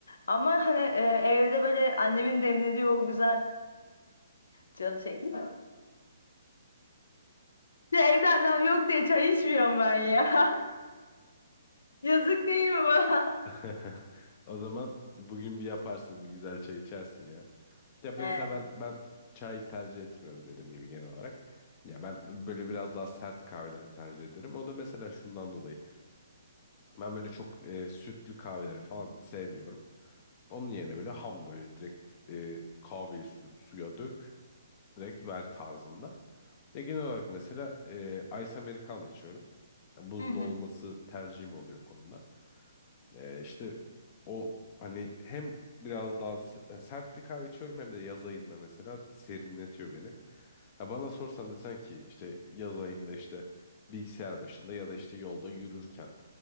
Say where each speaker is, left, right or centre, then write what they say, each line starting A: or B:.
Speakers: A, on the left (about 75°); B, on the left (about 30°).
A: Ama hani e, evde böyle annemin demlediği o güzel canım çekti. <laughs> Ya evde annem yok diye çay içmiyorum ben ya. <laughs> Yazık değil mi bana?
B: <laughs>
A: <laughs>
B: O zaman bugün bir yaparsın, bir güzel çay içersin ya. Ya mesela
A: Evet.
B: ben ben çay tercih etmiyorum dediğim gibi genel olarak. Ya ben böyle biraz daha sert kahveler tercih ederim. O da mesela şundan dolayı. Ben böyle çok e, sütlü kahveleri falan sevmiyorum. Onun yerine böyle ham böyle direkt e, kahveyi su- suya dök, direkt ver tarzında. Ya genel olarak mesela e, Ice Americano içiyorum. Buzlu
A: Hı hı.
B: olması tercihim oluyor konuda. Ee, işte o hani hem biraz daha s- e, sert bir kahve içiyorum hem de yaz ayında mesela serinletiyor beni. Ha bana sorsan desen ki işte yaz ayında işte bilgisayar başında ya da işte yolda yürürken